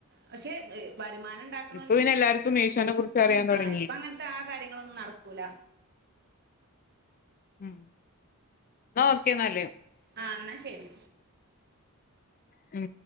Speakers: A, on the right (about 45°); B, on the left (about 40°).
A: പക്ഷെ വരുമാനം ഇണ്ടാക്ണോൽക്ക്
B: ഇപ്പൊ പിന്നെ എല്ലാർക്കും മീഷോനെ കുറിച്ച് അറിയാൻ തൊടങ്ങി
A: ആ ഇപ്പ അങ്ങനത്തെ ആ കാര്യങ്ങളൊന്നും നടക്കൂല
B: ഉം എന്നാ ഒക്കേ ഇന്നാല്
A: ആ എന്നാൽ ശരി
B: ഉം